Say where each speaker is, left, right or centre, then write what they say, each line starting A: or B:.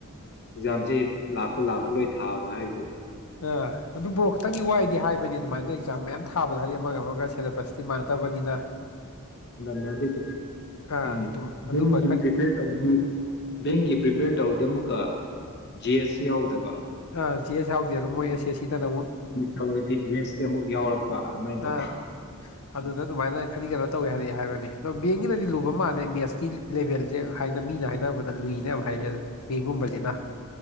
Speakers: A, on the left; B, on the left.
A: ꯑꯦꯛꯖꯥꯝꯁꯤ ꯂꯥꯛꯄ ꯂꯥꯛꯄ ꯂꯣꯏ ꯊꯥꯕ ꯍꯥꯏꯕꯗꯣ
B: ꯑ ꯑꯗꯨ ꯕ꯭ꯔꯣ ꯈꯈꯤꯇꯪꯗꯤ ꯋꯥꯏꯗꯤ ꯍꯥꯏꯕꯅꯤꯅ ꯑꯗꯨꯃꯥꯏꯅ ꯑꯦꯛꯖꯥꯝ ꯃꯌꯥꯝ ꯊꯥꯕꯗ ꯍꯥꯏꯗꯤ ꯑꯃꯒ ꯑꯃꯒ ꯁꯤꯦꯂꯕꯁꯇ ꯃꯔꯗꯕꯅꯤꯅ
A: ꯃꯦ ꯑꯗꯨꯗꯤ
B: ꯑꯥ
A: ꯎꯝ ꯕꯒꯤ꯭ꯔꯤꯄ
B: ꯑꯗꯨꯝꯕ ꯈꯔꯗꯤ
A: ꯇ ꯕꯦꯡꯒꯤ ꯄ꯭ꯔꯤꯄꯦꯌꯔ ꯇꯧꯔꯗꯤ ꯑꯃꯨꯛꯀ ꯖꯤ ꯑꯦꯁ ꯁꯤ ꯌꯥꯎꯗꯕ
B: ꯑꯥ ꯆꯦ ꯑꯦꯁ ꯌꯥꯎꯗꯦ ꯑꯗꯨꯝ ꯃꯣꯏ ꯑꯦꯁ ꯑꯦꯁ ꯁꯤꯗꯅ ꯑꯃꯨꯛ
A: ꯎ ꯇ ꯗ꯭ꯔꯦꯁꯁꯤ ꯑꯃꯨꯛ ꯌꯥꯎꯔꯛꯄ ꯑꯗꯨꯃꯥꯏꯅ ꯇꯧꯕ
B: ꯑ ꯑꯗꯨꯗ
A: ꯎꯝ.
B: ꯑꯗꯨꯃꯥꯏꯅ ꯈꯔꯤ ꯀꯩꯅꯣ ꯇꯧꯏꯦ ꯍꯥꯏꯔꯤꯑꯦ ꯍꯥꯏꯕꯅꯤ ꯕꯦꯡꯒꯤꯅꯗꯤ ꯂꯨꯕ
A: ꯍꯣꯏ.
B: ꯃꯥꯜꯂꯦ ꯃꯦꯁꯀꯤ ꯂꯦꯚꯦꯜꯁꯦ ꯍꯥꯏꯅ ꯃꯤꯅ ꯍꯥꯏꯅꯕꯗ ꯂꯨꯏꯅꯦ ꯌꯥꯝ ꯍꯥꯏꯔꯛꯦ ꯄꯦꯡꯒꯨꯝꯕꯁꯤꯅ